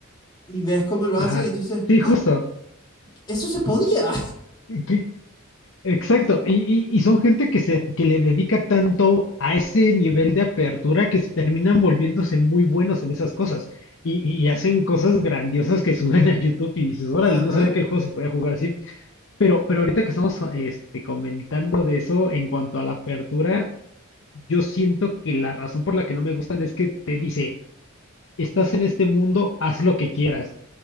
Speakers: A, on the left (about 20°); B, on the left (about 60°).
A: Y ves cómo lo
B: ajá,
A: hacen y tú dices,
B: sí, justo,
A: ¡ah! Eso se podía.
B: que- exacto, y, y- y son gente que se, que le dedica tanto a ese nivel de apertura que se terminan volviéndose muy buenos en esas cosas, y, y hacen cosas grandiosas que <laughs> suben a YouTube y dices, órale,
A: <laughs>
B: no sabía que
A: Ajá.
B: el juego se podía jugar así. Pero, pero ahorita que estamos este, comentando de eso en cuanto a la apertura, yo siento que la razón por la que no me gustan es que te dice, estás en este mundo, haz lo que quieras.